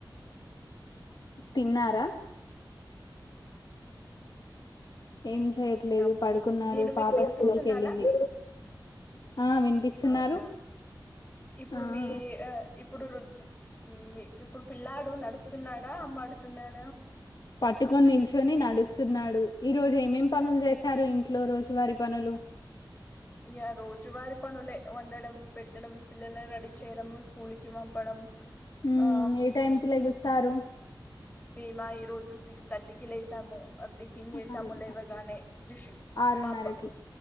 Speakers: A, on the left; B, on the left.
A: తిన్నారా ఏం చేయట్లేదు
B: విన్నాం
A: పడుకున్నారు
B: నేను మీకు
A: పాప
B: వినిపిస్తున్నానా
A: స్కూల్కి ఎళ్ళింది, ఆ వినిపిస్సున్నారు.
B: అవునా ఇప్పుడు
A: ఆఆ
B: మీ ఇప్పుడు రుద్ ఇప్పుడు పిల్లాడు నడుస్సున్నాడా అంబాడుతున్నాడా
A: పట్టుకొని నిల్చొని నడుస్స్ తున్నాడు ఈ రోజు ఏమేం పనులు చేశారు ఇంట్లో రోజువారి పనులు
B: ఇయ రోజువారి పనులే వండడం, పెట్టడం పిల్లలని రెడీ చేయడం స్కూల్కి పంపడం.
A: ఊమ్
B: ఆ
A: ఏ టైం కి లెగుస్తారు.
B: మేమా ఈ రోజు సిక్స్ థర్టీకి లేసాము. అటిఫిన్ చేసాము
A: ఆరున్నర
B: లేవగానే త్రిష్
A: ఆరున్నరకి
B: మాప్